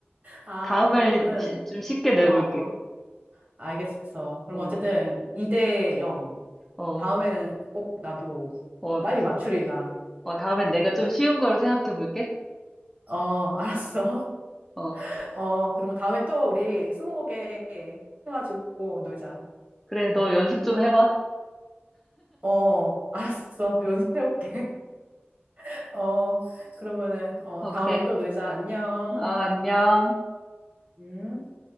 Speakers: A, on the right; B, in the centre.
A: 아,
B: 다음엔
A: 그러면은,
B: 시- 좀 쉽게 내볼게.
A: 어, 알겠어. 그럼
B: 어,
A: 어쨌든 2대 0.
B: 어,
A: 다음에는 꼭 나도
B: 어,
A: 빨리 맞추리라.
B: 어, 다음엔 내가 좀 쉬운 거로 생각해 볼게.
A: 어, 알았어. <laughs>
B: 어,
A: 어, 그러면 다음에 또 우리 스무고개 해가지고 놀자.
B: 그래, 너 연습 좀 해봐.
A: 어, 알았어. 연습해올게. <laughs> 어, 그러면은, 어,
B: 어,
A: 다음에
B: 그래.
A: 또 놀자. 안녕.
B: 어, 안녕.
A: 음.